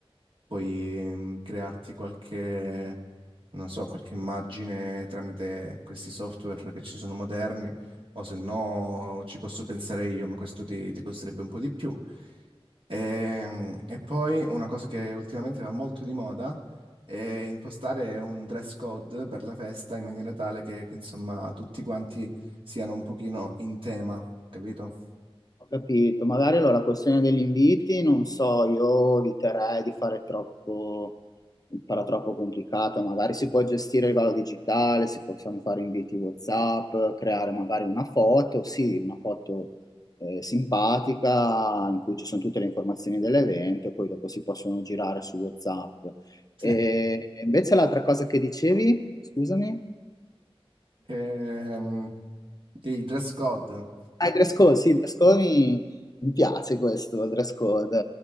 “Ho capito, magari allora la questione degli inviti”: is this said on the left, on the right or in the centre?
Left